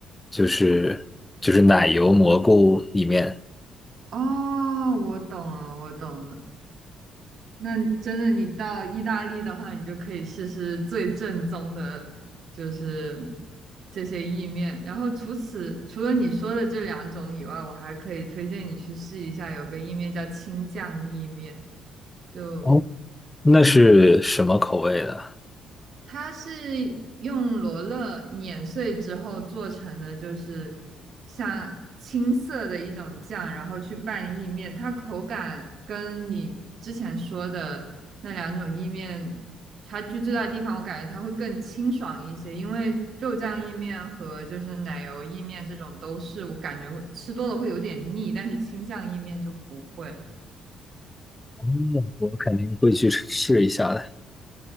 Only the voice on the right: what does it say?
哦，我懂了，我懂了。那真的，你到意大利的话，你就可以试试最正宗的，就是这些意面。然后除此除了你说的这两种以外，我还可以推荐你去试一下，有个意面叫青酱意面，就
它是用罗勒碾碎之后做成的，就是像青色的一种酱，然后去拌意面。它口感跟你之前说的那两种意面差距最大的地方，我感觉它会更清爽一些，因为肉酱意面和就是奶油意面这种都是我感觉会吃多了会有点腻，但是青酱意面就不会。